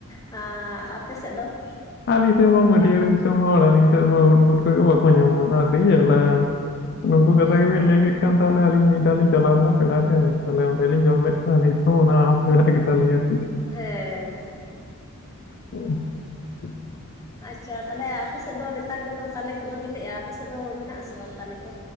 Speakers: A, on the left; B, on the left.
A: ᱟᱸ ᱟᱯᱮ ᱥᱮᱫ ᱫᱚ?
B: ᱟᱹᱞᱤᱧ ᱥᱮᱫ ᱢᱟ ᱢᱟᱹᱴᱤᱭᱟᱹᱲ
A: ᱱᱚᱣᱟ
B: ᱫᱤᱥᱚᱢ ᱦᱚᱲ ᱟᱞᱤᱧ ᱥᱮᱫ ᱢᱟ ᱩᱫᱽ ᱯᱷᱩᱴᱠᱟᱹ ᱵᱟᱠᱚ ᱧᱟᱢᱚᱜᱼᱟ ᱟᱹᱰᱤ ᱡᱟᱞᱟ᱾ ᱩᱱᱠᱩ ᱠᱟᱛᱷᱟ
A: ᱦᱮᱸᱛᱚ
B: ᱜᱮᱵᱮᱱ ᱞᱟᱹᱭ ᱠᱮᱫ ᱠᱷᱟᱱ ᱛᱟᱦᱞᱮ ᱟᱹᱞᱤᱧ ᱢᱤᱫ ᱫᱷᱟᱣ ᱞᱤᱧ ᱪᱟᱞᱟᱣ ᱞᱮᱱᱟ ᱯᱮᱲᱟ ᱴᱷᱮᱱ᱾ ᱛᱟᱦᱞᱮ ᱚᱸᱰᱮᱞᱤᱧ ᱡᱚᱢ ᱞᱮᱫ ᱠᱚᱣᱟ ᱱᱤᱛ ᱦᱚᱸ ᱚᱱᱟ ᱟᱥ ᱢᱮᱱᱟᱜ ᱜᱮᱛᱟᱞᱩᱧᱟᱹ ᱛᱤᱥ
A: ᱦᱮᱸ᱾
B: <inaudible>
A: ᱟᱪᱪᱷᱟ ᱛᱟᱦᱚᱞᱮ ᱟᱯᱮ ᱥᱮᱫ ᱫᱚ ᱱᱮᱛᱟᱨ ᱜᱮᱛᱚ ᱛᱟᱞᱮ ᱠᱚᱫᱚ ᱵᱤᱞᱤᱜᱼᱟ᱾ ᱟᱯᱮ ᱥᱮᱫ ᱫᱚ ᱢᱮᱱᱟᱜ ᱟᱥᱮ ᱵᱟᱝ ᱛᱟᱞᱮ ᱠᱚ?